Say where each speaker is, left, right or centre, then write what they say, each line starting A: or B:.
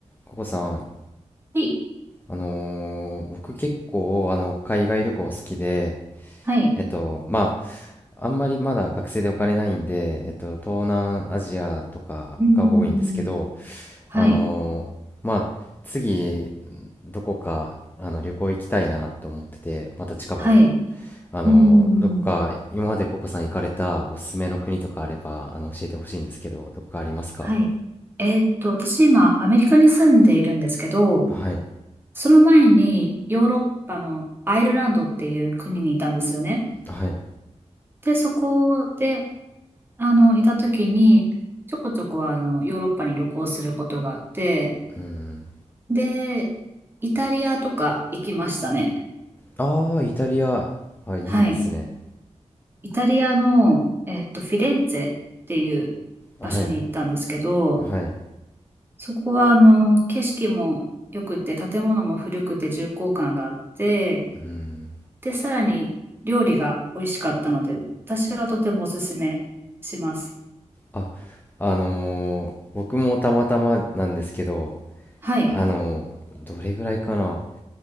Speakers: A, on the left; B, on the right.
A: ココさん、
B: はい。
A: あのー僕結構あの海外旅行好きで、
B: はい。
A: えっとまあ、あんまりまだ学生でお金ないんで、えっと、東南アジアとかが多いんですけど、
B: うん。はい。
A: あのーまあ、次どこかあの旅行行きたいなと思ってて、また近頃、
B: はい。
A: あのーどこか今までココさん行かれたおすすめの国とかあればあの教えてほしいんですけど、
B: うん。
A: どこかありますか
B: はい。えーっと、私今、アメリカに住んでいるんですけど、
A: はい、
B: その前にヨーロッパのアイルランドっていう国にいたんですよね。
A: はい、
B: で、そこで、あの、いた時に、ちょこちょこあの、ヨーロッパに旅行することがあって、
A: うん、
B: で、イタリアとか行きましたね。
A: ああ、イタリア、あ、いいですね。
B: はい。イタリアの、えっと、フィレンツェっていう場所に行ったんですけど、
A: はい。はい。
B: そこは、あの、景色も良くて、建物も古くて重厚感があって、
A: うん。
B: で、さらに料理が美味しかったので、私はとてもおすすめします。
A: あ、あのー僕もたまたまなんですけど、
B: はい。
A: あのーどれぐらいかな、